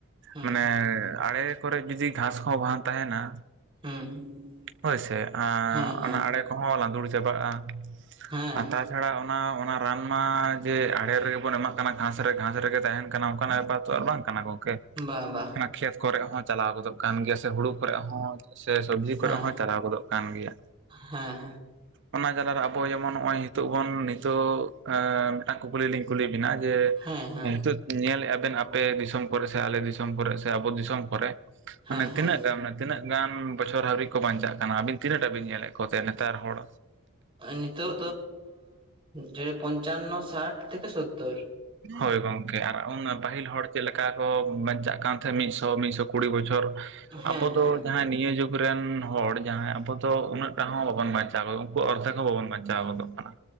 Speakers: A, on the right (about 25°); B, on the right (about 55°).
A: ᱦᱩᱸ
B: ᱢᱟᱱᱮ ᱟᱲᱮ ᱠᱚᱨᱮ ᱡᱩᱫᱤ ᱜᱷᱟᱸᱥ ᱦᱚᱸ ᱵᱟᱝ ᱛᱟᱦᱮᱱᱟ
A: ᱦᱩᱸ
B: ᱦᱳᱭᱥᱮ ᱟᱻ
A: ᱦᱮᱸ ᱦᱮᱸ
B: ᱚᱱᱟ ᱟᱲᱮ ᱠᱚᱦᱚᱸ ᱞᱟᱸᱫᱩᱲ ᱪᱟᱵᱟᱜᱼᱟ
A: ᱦᱮᱸ
B: ᱟ ᱫᱟᱡ ᱪᱷᱟᱲᱟ ᱚᱱᱟ ᱚᱱᱟ ᱨᱟᱱ ᱢᱟ ᱡᱮ ᱟᱲᱮ ᱨᱮᱜᱮ ᱵᱚᱱ ᱮᱢᱟᱜ ᱠᱟᱱᱟ ᱜᱷᱟᱸᱥ ᱨᱮ ᱜᱷᱟᱸᱥ ᱨᱮᱜᱮ ᱛᱟᱦᱮᱱ ᱠᱟᱱᱟ ᱚᱱᱠᱟᱱᱟᱜ ᱵᱮᱯᱟᱨᱛᱚ ᱟᱨ ᱵᱟᱝ ᱠᱟᱱᱟ ᱜᱚᱝᱠᱮ
A: ᱵᱟ ᱵᱟ
B: ᱚᱱᱟ ᱠᱷᱮᱛ ᱠᱚᱨᱮᱜ ᱦᱚᱸ ᱪᱟᱞᱟᱣ ᱜᱚᱫᱚᱜ ᱠᱟᱱ ᱜᱮᱭᱟ ᱥᱮ ᱦᱩᱲᱩ ᱠᱚᱨᱮ ᱦᱚᱸ ᱥᱮ ᱥᱚᱵᱡᱤ
A: ᱦᱮᱸ
B: ᱠᱚᱨᱮᱜ ᱦᱚᱸ ᱪᱟᱞᱟᱣ ᱜᱚᱫᱚᱜ ᱠᱟᱱ ᱜᱮᱭᱟ᱾
A: ᱦᱮᱸ ᱦᱮᱸ
B: ᱚᱱᱟ ᱡᱟᱞᱟᱨᱮ ᱟᱵᱚ ᱡᱮᱢᱚᱱ ᱱᱚᱜᱚᱭ ᱱᱤᱛᱳᱜ ᱵᱚᱱ ᱱᱤᱛᱳᱜ ᱮᱸᱻ ᱢᱤᱫᱴᱟᱝ ᱠᱩᱠᱞᱤ ᱞᱤᱧ ᱠᱩᱞᱤ ᱵᱤᱱᱟ ᱡᱮ
A: ᱦᱮᱸ ᱦᱮᱸ
B: ᱱᱤᱛᱳᱜ ᱧᱮᱞᱮᱫᱼᱟ ᱵᱮᱱ ᱟᱯᱮ ᱫᱤᱥᱚᱢ ᱠᱚᱨᱮ ᱥᱮ ᱟᱞᱮ ᱫᱤᱥᱚᱢ ᱠᱚᱨᱮ ᱥᱮ ᱟᱵᱚ ᱫᱤᱥᱚᱢ ᱠᱚᱨᱮ
A: ᱦᱮᱸ
B: ᱢᱟᱱᱮ
A: ᱦᱮᱸ
B: ᱛᱤᱱᱟᱹᱜ ᱜᱟᱱ ᱛᱤᱱᱟᱹᱜ ᱜᱟᱱ ᱵᱚᱪᱷᱚᱨ ᱦᱟᱣᱨᱤᱠ ᱠᱚ ᱵᱟᱧᱪᱟᱜ ᱠᱟᱱᱟ ᱟᱹᱵᱤᱱ ᱛᱤᱱᱟᱹᱜ ᱴᱟ ᱵᱤᱱ ᱧᱮᱞᱮᱫ ᱠᱚᱛᱮ ᱱᱮᱛᱟᱨ ᱦᱚᱲ?
A: ᱱᱤᱛᱳᱜ ᱫᱚ ᱡᱮ ᱯᱚᱧᱪᱟᱱᱱᱚ ᱥᱟᱴ ᱛᱷᱮᱠᱮ ᱥᱚᱛᱛᱳᱨ᱾
B: ᱦᱳᱭ ᱜᱚᱝᱠᱮ ᱟᱨ ᱩᱱ ᱯᱟᱹᱦᱤᱞ ᱦᱚᱲ ᱪᱮᱫ ᱞᱮᱠᱟ ᱠᱚ ᱵᱟᱧᱪᱟᱜ ᱠᱟᱱ ᱛᱟᱦᱮᱸᱫ ᱢᱤᱫᱥᱚ ᱢᱤᱫᱥᱚ ᱠᱩᱲᱤ ᱵᱚᱪᱷᱚᱨ
A: ᱦᱮᱸ
B: ᱟᱵᱚ
A: ᱦᱮᱸ
B: ᱫᱚ ᱡᱟᱦᱟᱸᱭ ᱱᱤᱭᱟᱹ ᱡᱩᱠ ᱨᱮᱱ ᱦᱚᱲ ᱡᱟᱦᱟᱸᱭ ᱟᱵᱚ ᱫᱚ ᱩᱱᱟᱹᱜ ᱴᱟ ᱦᱚᱸ ᱵᱟᱵᱚᱱ ᱵᱟᱧᱪᱟᱣ ᱜᱚᱫᱚᱜ ᱩᱱᱠᱩᱣᱟᱜ ᱚᱨᱫᱷᱮᱠ ᱦᱚᱸ ᱵᱟᱵᱚᱱ ᱵᱟᱧᱪᱟᱣ ᱜᱚᱫᱚᱜ ᱠᱟᱱᱟ।